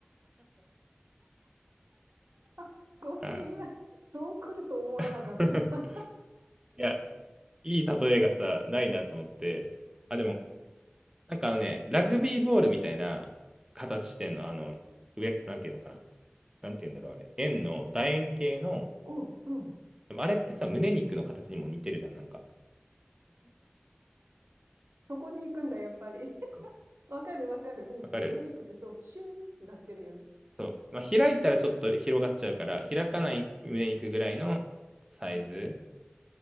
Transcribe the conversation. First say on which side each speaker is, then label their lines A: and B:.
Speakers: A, on the right; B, on the right.
A: <laughs> ごめん、
B: うん。
A: 今、そう来ると思わなかった。
B: <laughs>
A: <laughs>
B: いや、いい例えがさ、ないなと思って、あ、でもなんかあのね、ラグビーボールみたいな形してんの、あの、上、なんていうのかな。なんていうんだろう、あれ。円の、楕円形の、
A: うん、うん。
B: でもあれってさ、胸肉の形にも似てるじゃん、なんか。
A: そこに行くんだ、やっぱり。<laughs>
B: うん
A: わかる、わかる。うん。
B: わかる
A: 胸肉ってそう、シュンってなってるよね。
B: そう。まあ、開いたらちょっと広がっちゃうから、開かない胸肉ぐらいのサイズ。
A: うん。